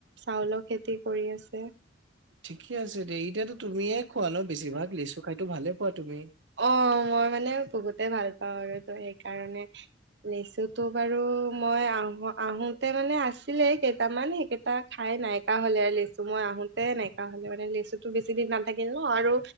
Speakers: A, on the right (about 65°); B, on the right (about 85°).
A: চাউলৰ খেতি কৰি আছে৷
B: ঠিকে আছে দে এতিয়াতো তুমিয়ে খোৱা ন বেছিভাগ লেচু খাইতো ভালে পোৱা? তুমি
A: অ মই মানে বহুতে ভাল পাওঁ আৰু ত সেইকাৰণে৷ লিচুতো বাৰু মই আহো আহোতে মানে আছিলে কেইটামান সেইকেইটা খাই নাইকা হ'লে আৰু লেচু মই আহোতে নাইকা হলে মানে লেচুতো বেছি দিন নাথাকিল ন, আৰু